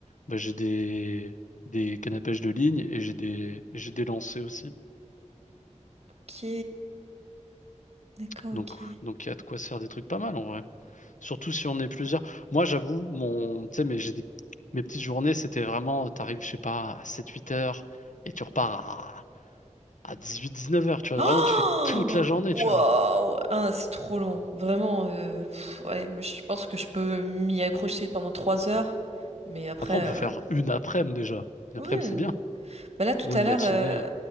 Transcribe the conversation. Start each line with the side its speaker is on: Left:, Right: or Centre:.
Left: bah, j'ai des, des cannes à pêche de ligne et j'ai des, j'ai des lancers aussi.
Right: Ok, d'accord,
Left: Donc
Right: ok.
Left: donc il y a de quoi se faire des trucs pas mal en vrai. Surtout si on est plusieurs. Moi, j'avoue, mon, tu sais, mais j'ai des, mes petites journées, c'était vraiment, euh, t'arrives, je sais pas, à sept huit heures et tu repars à 18-19 heures, tu vois.
Right: Oh
Left: Vraiment, tu fais toute la journée,
Right: Waouh!
Left: tu vois.
Right: Ah, c'est trop long. Vraiment. euh, pff, ouais, moi, je pense que je peux m'y accrocher pendant trois heures. Mais après.
Left: Après, on peut
Right: euh,
Left: faire une après-midi déjà. Une
Right: oui.
Left: après-midi, c'est bien.
Right: Bah là, tout
Left: Ou
Right: à
Left: une
Right: l'heure,
Left: matinée,
Right: euh,
Left: euh,